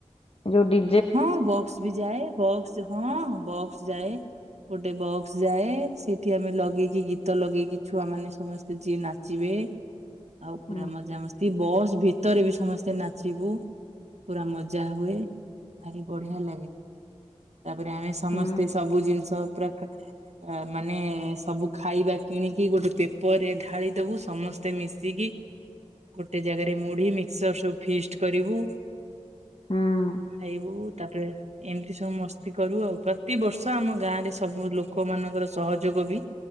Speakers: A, on the left (about 50°); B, on the right (about 65°).
A: ଯୋଉ ଡି
B: ହଁ ବକ୍ସ ବି ଯାଏ। ବକ୍ସ ହଁ ବକ୍ସ ଯାଏ। ଗୋଟେ ବକ୍ସ ଯାଏ ସେଠି ଆମେ ଲଗେଇକି ଗୀତ ଲଗେଇକି ଛୁଆ ମାନେ ସମସ୍ତେ ଯିଏ ନାଚିବେ। ଆଉ ପୁରା
A: ହୁଁ
B: ମଜାମସ୍ତି ବସ୍ ଭିତ- ଗୀତରେ ବି ସମସ୍ତେ ନାଚିବୁ ପୁରା ମଜା ହୁଏ। ଭାରି ବଢିଆ ଲାଗେ। ତାପରେ ଆମେ ସମସ୍ତେ
A: ହୁଁ
B: ସବୁ ଜିନିଷ ପୁରା ଆ ମାନେ ସବୁ ଖାଇବା କିଣିକି ଗୋଟେ ପେପରରେ ଢାଳିଦବୁ ସମସ୍ତେ ମିଶିକି ଗୋଟେ ଜାଗାରେ ମୁଢି ମିକ୍ସର ସବୁ ଫିଷ୍ଟ କରିବୁ।
A: ହଁ।
B: ଖାଇବୁ ତାପରେ ଏମିତି ସବୁ ମସ୍ତି କରୁ ଆଉ ପ୍ରତିିବର୍ଷ ଆମ ଗାଁ ରେ ସବୁ ଲୋକ ମାନଙ୍କର ସହଯୋଗ ବି